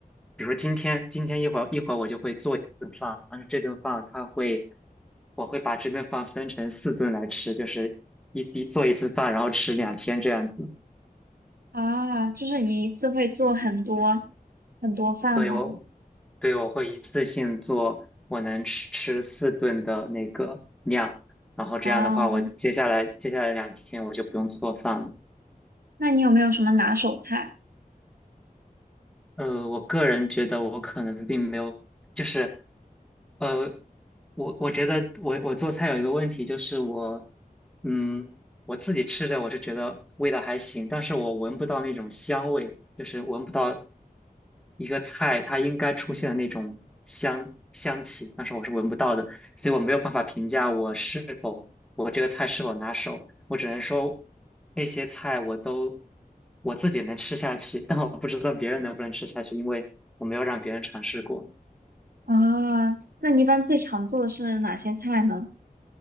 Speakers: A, in the centre; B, on the right.
A: 比如说今天，今天一会儿一会儿我就会做一顿饭，但是这顿饭它会，我会把这顿饭分成四顿来吃，就是一滴做一次饭，然后吃两天这样子。
B: 啊，就是你一次会做很多很多饭吗？
A: 所以我对，我会一次性做我能吃吃四顿的那个量，然后这样的话，
B: 啊，
A: 我接下来接下来两天我就不用做饭了。
B: 那你有没有什么拿手菜？
A: 呃，我个人觉得我可能并没有，就是呃，我我觉得我我做菜有一个问题，就是我嗯我自己吃着我是觉得味道还行，但是我闻不到那种香味，就是闻不到一个菜它应该出现的那种香香气，但是我是闻不到的。所以我没有办法评价我是否我这个菜是否拿手，我只能说那些菜我都我自己能吃下去，但我不知道别人能不能吃下去，因为我没有让别人尝试过。
B: 啊，那你一般最常做的是哪些菜呢？